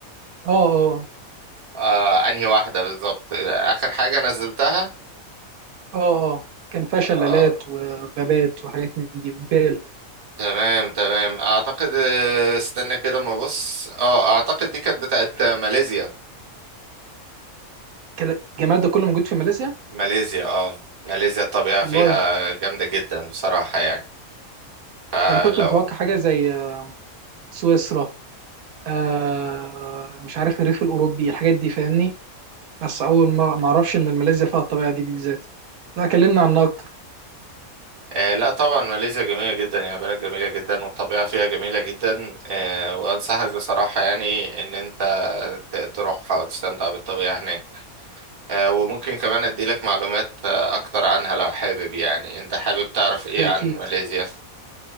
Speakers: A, on the right; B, on the right.
A: اه اه
B: آه انهي واحدة بالظبط اخر حاجة نزلتها
A: اه اه كان فيها
B: اه
A: شلالات وغابات وحاجات من دي وجبال
B: تمام تمام اعتقد آه، استنى كده ما بص اه اعتقد دي كانت بتاعت ماليزيا
A: كان الجمال ده كله موجود في ماليزيا
B: ماليزيا اه ماليزيا الطبيعة
A: والله
B: فيها جامدة جدا بصراحة يعني فلو
A: ده انا كنت متوقع حاجه زي سويسرا آه مش عارف الريف الاوروبي الحاجات دي فاهمني بس اول مره ما اعرفش ان ماليزيا فيها الطبيعه دي بالذات لا كلمنا عنها اكتر
B: آه لا طبعا ماليزيا جميلة جدا يعني بلد جميلة جدا والطبيعة فيها جميلة جدا آه وأنصحك بصراحة يعني إن أنت ت- تروحها وتستمتع بالطبيعة هناك آه وممكن كمان أديلك معلومات آه أكتر عنها لو حابب يعني أنت حابب تعرف إيه
A: ده
B: عن
A: اكيد
B: ماليزيا؟